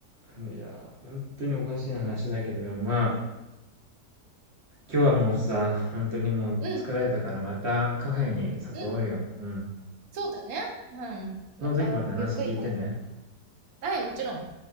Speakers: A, on the right; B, on the right.
A: いやー、本当におかしい話だけど、でもまあ、今日はもうさ、本当にもう疲れたからまたカフェに誘おうよ。
B: うん、うん。
A: うん。
B: そうだね。うん。
A: その時また話聞いてね。
B: またゆっくり話せばはい、もちろん。